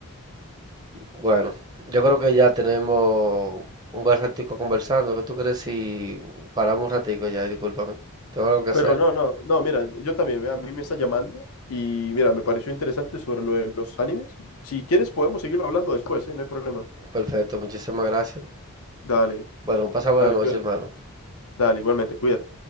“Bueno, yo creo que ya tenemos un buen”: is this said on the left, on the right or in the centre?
Right